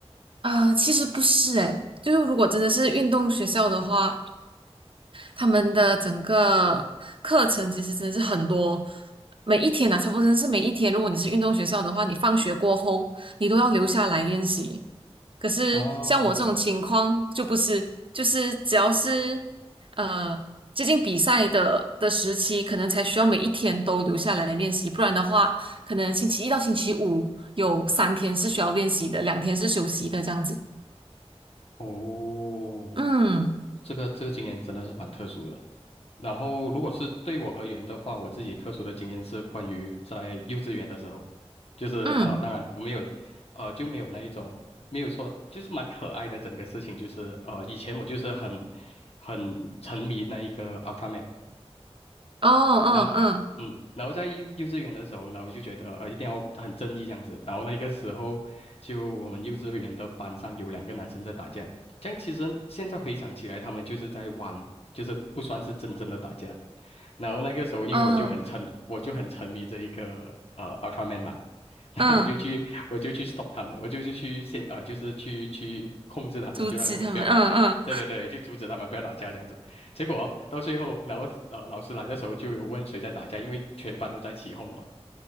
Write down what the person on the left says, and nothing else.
啊，
哦，
这个这个经验真的是蛮特殊的。然后，如果是对我而言的话，我自己特殊的经验是关于在幼稚园的时候，就是呃，
当然我没有，呃，就没有那一种，没有说，就是蛮可爱的整个事情，就是呃，以前我就是很很沉迷那一个 Ultraman，
然后嗯，然后在幼幼稚园的时候，然后就觉得呃一定要很正义这样子。然后那个时候，就我们幼稚园的班上有两个男生在打架，这样其实现在回想起来，他们就是在玩，就是不算是真正的打架。然后那个时候，因为我就很沉，
我就很沉迷这一个呃 Ultraman 嘛，<laughs> 然后我就去我就去
stop 他们，我就是去先啊、呃就是去去控制他们，
就让他们不要打架。
对对对，就阻止他们不要打架这样子。结果到最后，然后呃，老师来的时候就有问谁在打架，因为全班都在起哄嘛。